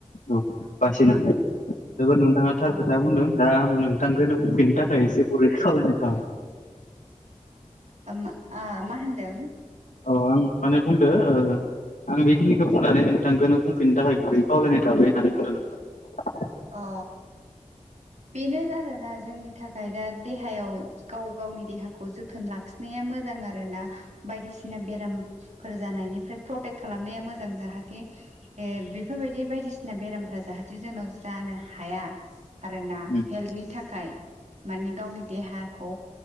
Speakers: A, on the left (about 85°); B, on the right (about 65°).
A: औ बासिनो हायो जोबोद नोंथाङा थार
B: औ
A: खोथा बुंदों दा नोंथांखौनो बुंफिननो थाखाय एसे गुरै खावलायनाय थाबाय।
B: ओमा आ मा होनदों?
A: औ आं माने बुंदो ओ आं बेखिनिखौ बुंनानै नोंथांखौनो बुंफिननो थाखाय गुरै खावलायनाय थाबाय होननानै बुंदों नोंथां।
B: अ। बेनो आरोना जोंनि थाखाय दा देहायाव गाव गावनि देहाखौ जोथोन लाखिनाया मोजां आरोना। बायदिसिना बेरामफोर जानायनिफ्राय प्रटेक खालामनाया मोज जां। जाहाथे ओ बेफोरबायदि बायदिसिना बेरामफोरा जाहाथे जोंनाव जानो हाया आरोना
A: उम
B: हेल्थनि थाखाय। माने गावनि देहाखौ